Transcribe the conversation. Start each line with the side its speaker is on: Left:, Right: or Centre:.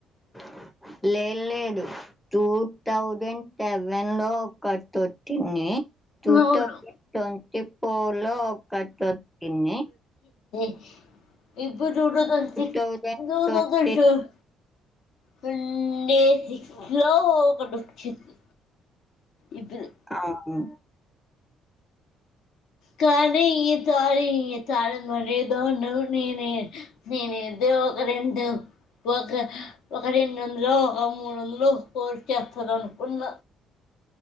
Centre: <inaudible> లేయ్ లేదు టూ థౌజండ్ సెవెన్ లో ఒకటి వచ్చింది టూ
Left: అవును
Centre: థౌజండ్ ట్వంటీ పోర్ లో ఒకటి వొచ్చింది
Left: ుష్ ఇప్పుడు two thousand six
Centre: thousand
Left: two
Centre: twenty
Left: thousand seven వుండేసి లొ వకటి వచ్చింది ఇద్దరు
Centre: అవును
Left: కానీ ఇ సా <unintelligible> రి తార మరిేద న ననే నేను ఎదో ఒక రెండు ఒక ఒక రెండు వందలు ఒక మూడు వందలు పొర్ చెత్తారానుకున్న